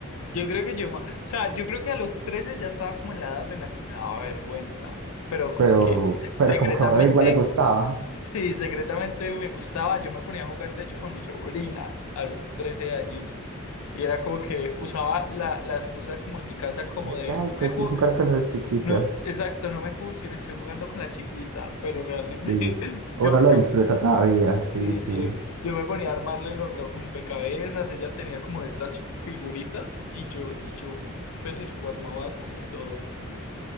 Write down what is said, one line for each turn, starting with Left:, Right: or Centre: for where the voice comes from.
Left: Yo creo que yo, ma- o sea, yo creo que a los 13 ya estaba como en la edad en la que me daba vergüenza, pero como
Right: Pero,
Left: que
Right: pero
Left: secretamente,
Right: como que a uno igual le gustaba.
Left: sí, secretamente me gustaba. Yo me ponía a jugar, de hecho, con mi sobrina a los 13 años y era como que usaba la, la excusa como en mi casa como
Right: De
Left: de,
Right: que, ay,
Left: no
Right: que
Left: me,
Right: hay
Left: ju-
Right: que jugar con los chiquitos.
Left: No, exacto, no me juzguen, estoy jugando con la chiquita, pero realmente
Right: Sí.
Left: <laughs>
Right: Uno
Left: yo,
Right: lo
Left: yo,
Right: disfruta todavía,
Left: eh,
Right: sí, sí.
Left: yo, yo me ponía a armarle los rompecabezas, ella tenía como de estas figuritas y yo, y yo, pues eso armaba como todo.